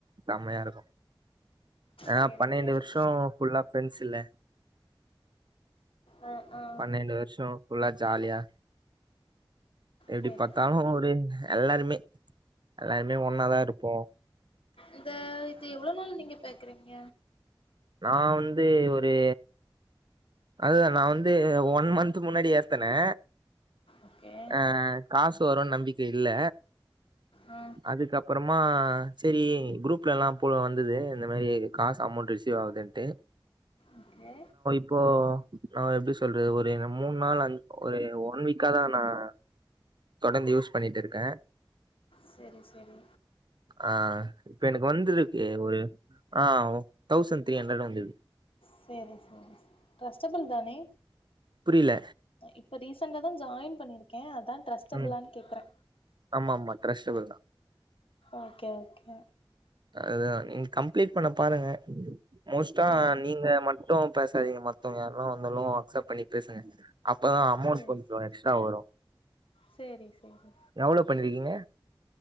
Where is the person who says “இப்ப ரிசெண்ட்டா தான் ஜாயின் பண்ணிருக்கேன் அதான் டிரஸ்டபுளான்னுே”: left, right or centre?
Left